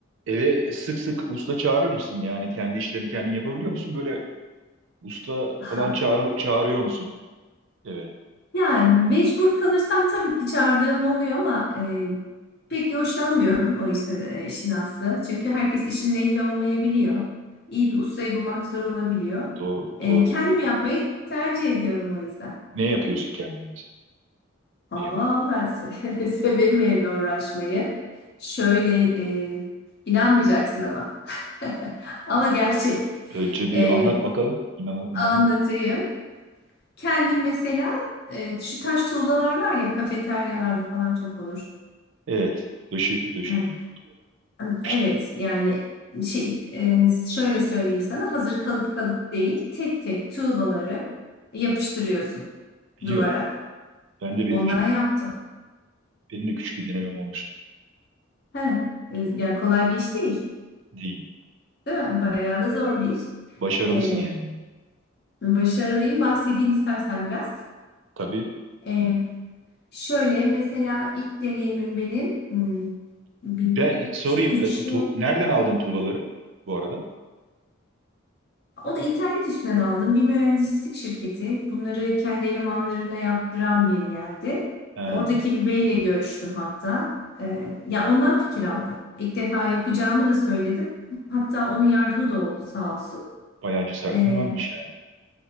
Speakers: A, on the right; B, on the left.
A: Eve sık sık usta çağırır mısın? Yani kendi işlerini kendin yapabiliyor musun? Böyle usta
B: <laughs> Aha.
A: falan çağır, çağırıyor musun eve?
B: Yani mecbur kalırsam tabii ki çağırdığım oluyor ama e, pek hoşlanmıyorum o işte e, işin aslı. Çünkü herkes işin ehli olmayabiliyor. İyi bir ustayı bulmak zor olabiliyor.
A: Doğru,
B: E,
A: doğru.
B: kendim yapmayı tercih ediyorum o yüzden.
A: Ne yapıyorsun kendin? için?
B: Aa,
A: Ne yapıyorsun?
B: ben se- <laughs> severim evle uğraşmayı. Şöyle e, inanmayacaksın ama. <laughs> Ama gerçek.
A: Önce bir
B: E,
A: anlat bakalım. İnan, inandın
B: anlatayım.
A: mı?
B: Kendim mesela e, şu taş tuğlalar var ya kafeteryalarda falan çok olur.
A: Evet. Döşü, döşeniyor.
B: <laughs>
A: Yapıştırılıyor.
B: Evet yani şey e, şöyle söyleyeyim sana hazır kalıp kalıp değil tek tek tuğlaları yapıştırıyorsun
A: Biliyorum.
B: duvara.
A: Ben de bir,
B: Ondan yaptım.
A: benim de küçük bir denemem olmuştu.
B: He, e, yani kolay bir iş değil,
A: Değil.
B: değil mi? Bayağı da zor bir iş.
A: Başarılısın
B: E,
A: yani.
B: başarılıyım. Bahsedeyim istersen biraz.
A: Tabii.
B: E, şöyle mesela ilk deneyimim benim hmm, bir,
A: Ben sorayım.
B: işte 3
A: e, tu- nereden aldın tuğlaları bu arada?
B: Onu internet üstünden aldım. Bir mühendislik şirketi. Bunları kendi elemanlarına yaptıran bir yerde.
A: He,
B: Oradaki bir beyle görüştüm hatta. Ee, ya ondan fikir aldım. İlk defa yapacağımı da söyledim. Hatta onun yardımı da oldu sağ olsun.
A: bayağı cesaretin
B: Ee,
A: varmış yani.